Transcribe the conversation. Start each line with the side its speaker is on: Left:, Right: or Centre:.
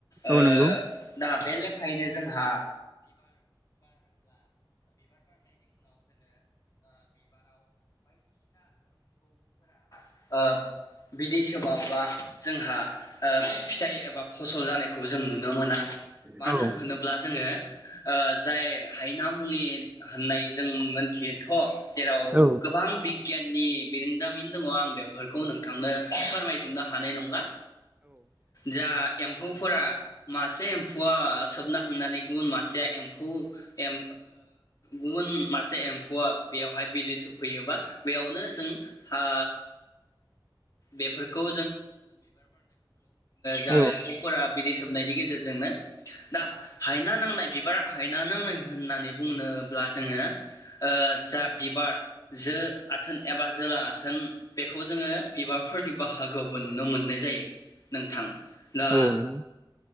Right: औ
Left: ओ
Right: नंगौ
Left: दा बे लेखायैनो जोंहा ओ बिदि सोमावब्ला जोंहा फिथाइ एबा फसल जानायखौ जों नु नुनो मोना मानो
Right: औ औ
Left: होनोब्ला जोङो ओ जाय हायना मुलि होननाय जों मोनथियो थ' जेराव
Right: औ
Left: गोबां बि बिगियाननि बिरदोंमिन दंङ आं बे ओरखौ नोंथांनो फोरमायजोबनो हानाय नंला जा एम्फौफोरा मासे एम्फौआ सोबना थांनानै गुबुन मासेया एम्फौ ओ गुबुन मासे एम्फौआ बेवहाय बिदै सोबफैयोबा बेयावनो जों ओ बेफोरखौ जा
Right: औ
Left: एम्फौफोरा बिदि सोमनायनि गेजेरजोंनो दा हायना नांनाय बिबारा हायना नांनाय होननानै बुंनोब्ला जोङो ओ जा बिबार जो आथोन एबा जोला आ थोन बेखौ जोङो बिबारफोरनि बाहागोआवबो नुनो मोननाय जायो। नोंथां दा
Right: औ नंगौ